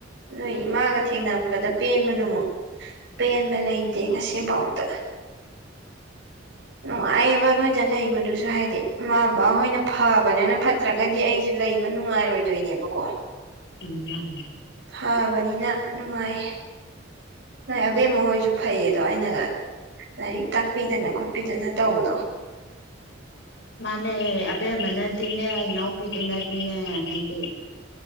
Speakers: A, on the right; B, on the left.
A: ꯅꯣꯏ ꯏꯃꯥꯒ ꯊꯦꯡꯅꯕꯗ ꯄꯦꯟꯕꯗꯨꯃꯨꯛ ꯄꯦꯟꯕ ꯂꯩꯇꯦ ꯉꯁꯤꯕꯥꯎꯇ ꯅꯨꯡꯉꯥꯏꯑꯕ ꯅꯣꯏꯗ ꯂꯩꯕꯗꯨꯁꯨ ꯍꯥꯏꯗꯤ ꯏꯃꯥ ꯕꯕꯥꯍꯣꯏꯅ ꯐꯕꯅꯤꯅ ꯐꯠꯇ꯭ꯔꯒꯗꯤ ꯑꯩꯁꯨ ꯂꯩꯕ ꯅꯨꯡꯉꯥꯏꯔꯣꯏꯗꯣꯏꯅꯦꯕꯀꯣ
B: ꯎꯝ
A: ꯊꯥꯕꯅꯤꯅ ꯅꯨꯡꯉꯥꯏꯌꯦ ꯅꯣꯏ ꯑꯕꯦꯝ ꯃꯈꯣꯏꯁꯨ ꯐꯩꯌꯦꯗꯣ ꯑꯩꯅ ꯂꯥꯏꯔꯤꯛ ꯇꯥꯛꯄꯤꯗꯅ ꯈꯣꯠꯄꯤꯗꯅ ꯇꯧꯕꯗꯣ
B: ꯃꯥꯅꯦ ꯑꯦ ꯑꯕꯦꯝ ꯑꯃꯅꯗꯤꯅꯦ ꯑꯩ ꯏꯅꯥꯎꯄꯤꯗꯨꯅꯗꯤꯅꯦ ꯍꯥꯏꯗꯤ